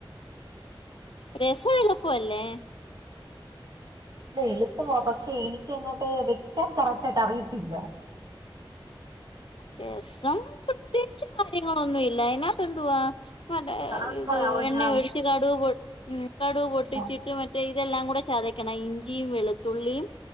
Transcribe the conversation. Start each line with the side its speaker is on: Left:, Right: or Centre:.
Left: രസം എളുപ്പമല്ലേ
Right: എളുപ്പമാ പക്ഷെ എനിക്ക് അങ്ങോട്ട് വെയ്ക്കാൻ കറക്റ്റ് ആയിട്ട് അറിയത്തില്ല
Left: രസം പ്രത്യേകിച്ച് കാര്യങ്ങളൊന്നും ഇല്ല അതിനകത്ത് എന്തുവാ മറ്റേ
Right: ആഹ് അതൊന്ന്
Left: ഇത്
Right: പറയാവോ എങ്ങനാന്ന്
Left: എണ്ണ ഒഴിച്ച് കടുക് പൊട്ടിച്ചിട്ട്
Right: ആഹ്
Left: മറ്റേ ഇതെല്ലാം കൂടെ ചതക്കണം ഇഞ്ചിയും വെളുത്തുള്ളിയും